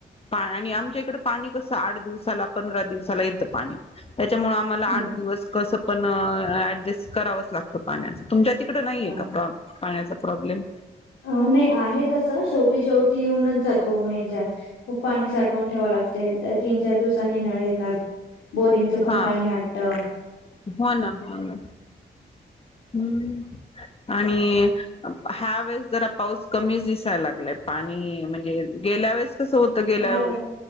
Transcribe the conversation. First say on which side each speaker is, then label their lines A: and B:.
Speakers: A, on the left; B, on the left.
A: आणि आमच्या इकड पाणी कसं आठ दिवसाला पंधरा दिवसाला येतं पाणी त्याच्यामुळे मला आठ
B: हम्म.
A: दिवस कसं पण ऍडजस्ट करावंच लागतं. पाण्याचा तुमच्या तिकडं नाहीये
B: बर.
A: का प्रॉ पाण्याचा प्रॉब्लेम
B: अ नाही आहे तसं शेवटी शेवटी येऊनच जातो मेच्या खूप पाणी साठवून ठेवा लागते त्या तीन चार दिवसाांनी निळ येत बोरिंगच पण
A: हा
B: पाणी अटल
A: हो ना हो ना हम्म आणि ह्या वेळेस जरा पाऊस कमीच दिसायला लागलाय पाणी म्हणजे गेल्या वेळेस कसं होत गेल्या
B: झालं